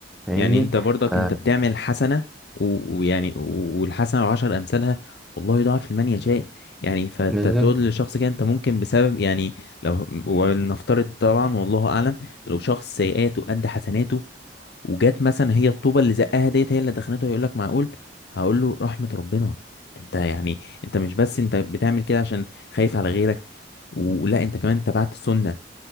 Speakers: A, in the centre; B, on the left.
A: فاهمني
B: يعني انت برضك
A: ف
B: انت بتعمل حسنة و- ويعني و- والحسنة وعشر امثالها والله يضاعف لمن يشاء يعني فانت
A: بالظبط
B: تقول لشخص كده انت ممكن بسبب يعني لو ولنفترض طبعا والله اعلم لو شخص سيئاته قد حسناته وجات مثلا هي الطوبة اللي زقها ديت هي اللي دخلته يقول لك معقول هقول له رحمة ربنا انت يعني انت مش بس انت بتعمل كده عشان خايف على غيرك ولا انت كمان تبعت السنة